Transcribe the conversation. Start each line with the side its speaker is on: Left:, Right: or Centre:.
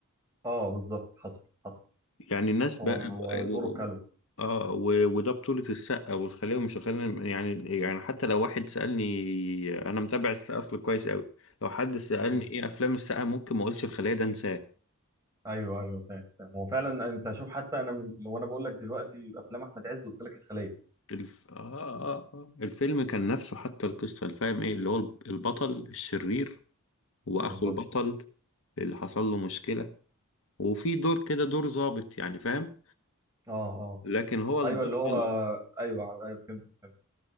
Right: اه بالظبط حصل حصل
Left: يعني الناس
Right: هو
Left: بقى
Right: هو
Left: بقى-
Right: دوره
Left: و...
Right: كالو
Left: اه و... وده بطولة السقا والخلية ومش الخلية يعني يعني حتى لو واحد سألني انا متابع السقا اصل كويس قوي لو حد سألني
Right: مم.
Left: ايه افلام السقا ممكن ما اقولش الخلية ده انساه
Right: ايوه ايوه فاهم فاهم هو فعلا انت شوف حتى انا من... لو انا بقول لك دلوقتي افلام احمد عز قلت لك الخليه
Left: الف... آه, آه, آه. الفيلم كان نفسه حتى القصة اللي فاهم ايه اللي هو البطل الشرير واخو
Right: بالظبط
Left: البطل اللي حصل له مشكلة وفي دور كده دور ظابط يعني فاهم
Right: اه اه
Left: لكن هو البطل
Right: ايوه اللي هو ايوه ايوه فهمت فهمت